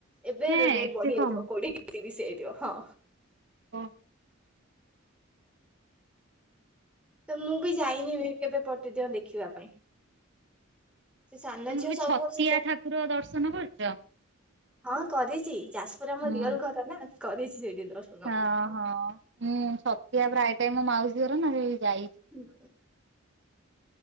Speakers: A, in the centre; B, on the right (about 60°).
A: ଏବେ
B: ହେଁ
A: ଏ ରେଟ୍
B: ଏତେ
A: ବଢିଯାଇଯିବ
B: କମ୍
A: କୋଡିିଏ କି ତିରିଶ ହେଇଯା ଇଥିବ ହଁ।
B: ହଁ।
A: ତ ମୁଁ ବି ଯାଇନି କେବେ ପଟଦିଅଁଦେଖିବା ପାଇଁ। ସେ ସାନ
B: ତମେ
A: ଝିଅ
B: କେବେ
A: ସବୁ
B: ଛତିଆ
A: ବର୍ଷ ଯାଏ।
B: ଠାକୁର ଦର୍ଶନ କରୁଚ?
A: ହଁ କରିଚି ଯାଜପୁରେ ଆମ
B: ହୁଁ
A: ରିଅଲ ଘର ନା କରିଚି ସେଇଠି ଦର୍ଶ
B: ହଁ ହଁ ମୁଁ ଛତିଆ ପ୍ରାୟ ଟା ମୋ ମାଉସୀ ଘର ନା ସେ ଯାଇଚି
A: ହୁଁ।